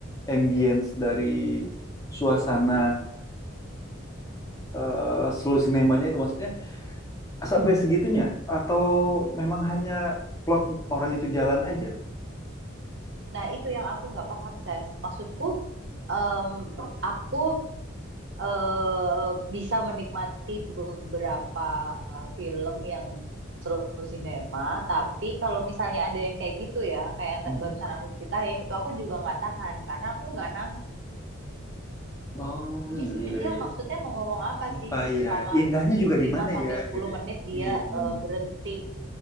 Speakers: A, on the left; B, on the right.
A: ambience dari suasana eh, slow cinemanya itu maksudnya sampai segitunya atau memang hanya plot orang itu jalan aja
B: Nah, itu yang aku nggak paham, Ses. Maksudku em, aku eh, bisa menikmati beberapa film yang seluruh sinema, tapi kalau misalnya ada yang kayak gitu ya, kayak yang
A: Mhm.
B: ta- barusan aku ceritain, itu aku juga nggak tahan karena aku nggak nangkep.
A: Oh
B: Ini
A: iya,
B: sebenarnya dia
A: iya.
B: maksudnya mau ngomong apa
A: Apa
B: sih gitu
A: ya
B: selama
A: indahnya juga di
B: 5
A: mana
B: sampai
A: ya
B: 10
A: gitu. ya.
B: menit dia
A: Iya benar.
B: eh, berhenti.